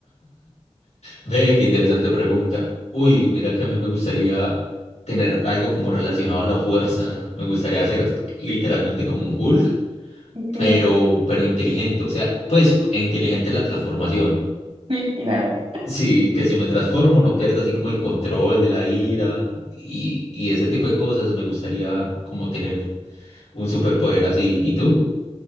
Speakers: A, on the left; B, on the right.
A: Ve, qué interesante pregunta. Uy, mira que a mí me gustaría tener algo como relacionado a la fuerza. Me gustaría hacer literalmente como un Hulk,
B: Ok, <laughs>
A: pero, pero inteligente. O sea, pues e inteligente en la transformación.
B: sí, claro.
A: Sí, que si me transformo no pierda así como el control de la ira y, y ese tipo de cosas. Me gustaría como tener un superpoder así. ¿Y tú?